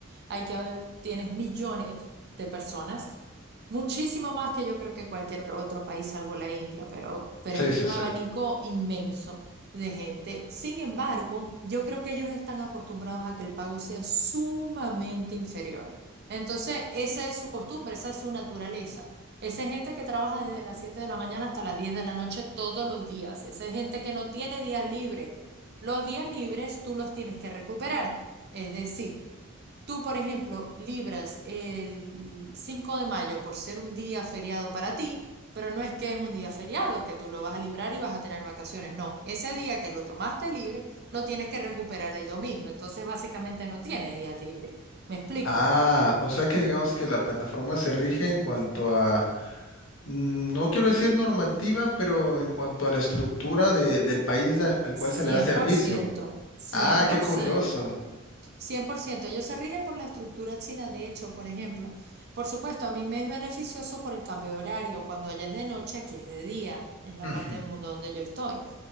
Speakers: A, on the right (about 55°); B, on the left (about 70°).
A: Hay que haber, tienes millones de personas, muchísimo más que yo creo que cualquier otro país salvo la India, pero, pero
B: Sí,
A: es un
B: sí, sí.
A: abanico inmenso de gente. Sin embargo, yo creo que ellos están acostumbrados a que el pago sea sumamente inferior. Entonces, esa es su costumbre, esa es su naturaleza. Esa es gente que trabaja desde las 7 de la mañana hasta las 10 de la noche todos los días. Esa es gente que no tiene días libres. Los días libres tú los tienes que recuperar. Es decir, tú, por ejemplo, libras el 5 de mayo por ser un día feriado para ti, pero no es que es un día feriado, que tú lo vas a librar y vas a tener vacaciones. No, ese día que lo tomaste libre, lo tienes que recuperar el domingo. Entonces, básicamente no tienes días libres. ¿Me explico?
B: Ah, o sea que digamos que la plataforma se rige en cuanto a, mm, no quiero decir normativa, pero en cuanto a la estructura de- del país al, al
A: Cien
B: cual se le da servicio.
A: cien por ciento, cien
B: Ah,
A: por
B: qué curioso.
A: ciento. cien por ciento ellos se rigen por la estructura china, de hecho, por ejemplo. Por supuesto, a mí me es beneficioso por el cambio de horario. Cuando allá es de noche, aquí es de día, en la
B: Ujú,
A: parte del mundo donde yo estoy.